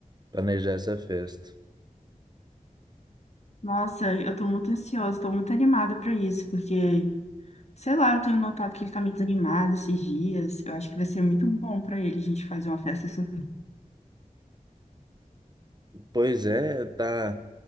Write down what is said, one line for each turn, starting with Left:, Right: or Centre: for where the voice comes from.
Right: planejar essa festa.
Left: Nossa, eu tô muito ansiosa, tô muito animada pra isso, porque, sei lá, eu tenho notado que ele tá meio desanimado esses dias. Eu acho que vai ser muito bom pra ele a gente fazer uma festa assim.
Right: Pois é, tá,